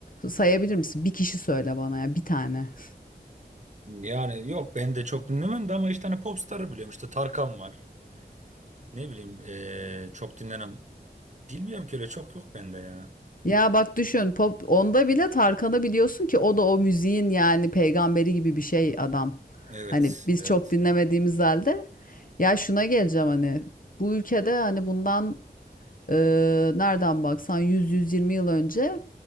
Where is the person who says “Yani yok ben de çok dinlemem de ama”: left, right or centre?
Right